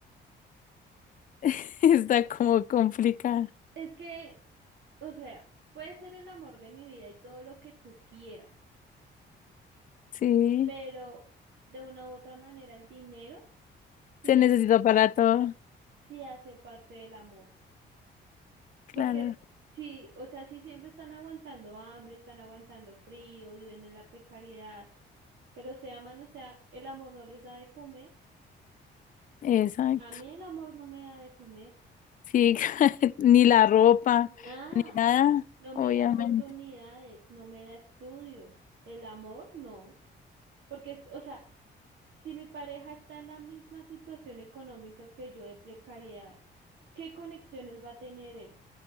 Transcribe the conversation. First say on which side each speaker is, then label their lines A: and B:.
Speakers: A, on the left; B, on the right.
A: <laughs> Está como complicada.
B: es que, o sea, puede ser el amor de mi vida y todo lo que tú quieras,
A: Sí,
B: pero de una u otra manera el dinero sí
A: se necesita
B: hace parte,
A: para todo.
B: sí hace parte del amor,
A: Claro,
B: porque sí, o sea, sí siempre están aguantando hambre, están aguantando frío, viven en la precariedad, pero se aman, o sea, el amor no les da de comer.
A: exacto.
B: A mí el amor no me da de comer
A: Sí, <laughs> ni la ropa,
B: nada,
A: ni nada,
B: no
A: obviamente.
B: me da oportunidades, no me da estudio. El amor no, porque, es- o sea, si mi pareja está en la misma situación económica que yo de precariedad, ¿qué conexiones va a tener él